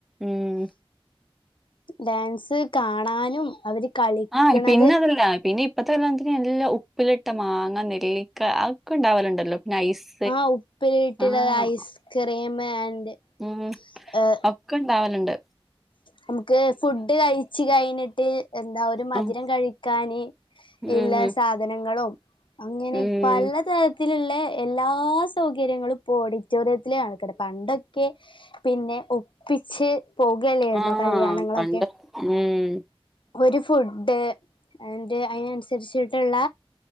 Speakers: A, in the centre; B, on the left.
A: ഉം
B: ഡാൻസ് കാണാനും അവര് കളിക്കണത്
A: ആഹ് പിന്നെ അതല്ല പിന്നെ ഇപ്പത്തെ കല്യാണത്തിന് എല്ലാം ഉപ്പിലിട്ട മാങ്ങ നെല്ലിക്ക അ ഒക്കെ ഉണ്ടാവലുണ്ടല്ലോ പിന്നെ ഐസ്
B: ആഹ് ഉപ്പില് ട്ടുള്ളത്
A: ആഹ്
B: ഐസ്ക്രീം ആൻഡ്
A: ഉം
B: ഏ
A: ഒക്കെ ണ്ടാവലുണ്ട്
B: നമുക്ക് ഫുഡ് കഴിച്ചു കഴിഞ്ഞിട്ട് എന്താ ഒരു മധുരം
A: ഉം
B: കഴിക്കാന് എല്ലാ
A: ഉം
B: സാധനങ്ങളും അങ്ങനെ
A: ഉം
B: പലത രത്തിലുള്ള എല്ലാ സൗകര്യങ്ങളും ഇപ്പോ ഓഡിറ്റോറിയത്തില കണക്കുന്നത് പണ്ടൊക്കെ പിന്നെ ഒപ്പിച്ച് പോകുകയല്ലോയിരുന്നോ
A: ആഹ്
B: കല്യാണങ്ങളൊക്കെ
A: പണ്ട് ഉം
B: ഒരു ഫുഡ് അന്റെ അതിനനുസരിച്ചിട്ടുള്ള